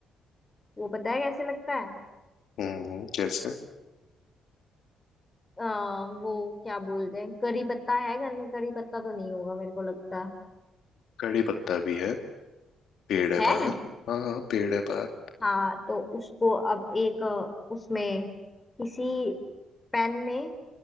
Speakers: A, on the left; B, on the left.
A: वो पता है कैसे लगता है
B: हम्म जैसे
A: आ, वो क्या बोलते हैं करी पत्ता है घर में करी पत्ता तो नहीं होगा मेरे को लगता
B: कड़ी पत्ता भी है पेड़ है
A: है
B: बाहर हाँ हाँ पेड़ है बाहर
A: हाँ तो उसको अब एक अ, उसमें किसी पैन में